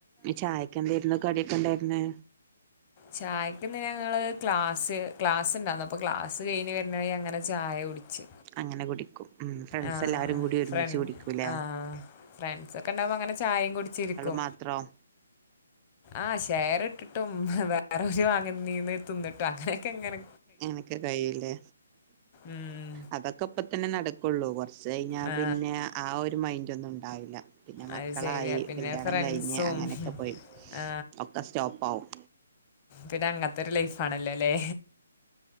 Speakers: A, on the right; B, on the left.
A: ചായക്കെന്താരുന്നു കടിയൊക്കെണ്ടാരുന്നെ
B: ചായക്കിന്ന് ഞങ്ങള് ക്ലാസ്സ് ക്ലാസുണ്ടാന്ന് അപ്പ ക്ലാസ് കഴിഞ്ഞ് വരണവഴി അങ്ങനൊര് ചായുടിച്ച്
A: അങ്ങനെ കുടിക്കും ഉം ഫ്രണ്ട്സ്
B: ആഹ്
A: എല്ലാരും കൂടി ഒരുമിച്ച്
B: ഫ്ര
A: കുടിക്കൂലേ
B: ആഹ് ഫ്രണ്ട്സൊക്കിണ്ടാവുമ്പങ്ങനെ ചായേം കുടിച്ചിരിക്കും
A: മാത്രോം
B: ആഹ് ഷെയറിട്ടിട് ട്ടും വേറെ വാങ്ങിന്നീന്ന്തിന്ന്ട്ടു അങ്ങനെക്കെ ഇങ്ങനെ
A: എനക്ക് കയൂല്ലേ
B: ഉം.
A: അതൊക്കെ ഇപ്പതന്നെ നടക്കുള്ളൂ കൊറ- ച്ചഴിഞ്ഞാപിന്നെ
B: ആ,
A: ആ ഒരു മൈന്റൊന്നും ഉണ്ടാവില്ല പിന്നെ മക്കളായി
B: അത് ശരിയാ പിന്നെ
A: കല്യാണം
B: ഫ്രണ്ട്സും
A: കഴിഞ്ഞ് അങ്ങനൊക്കെപോയി
B: ആ,
A: ഒക്കെ സ്റ്റോപ്പാവും
B: പിന്നെ അങ്ങത്തൊരു ലൈഫാണല്ലോല്ലേ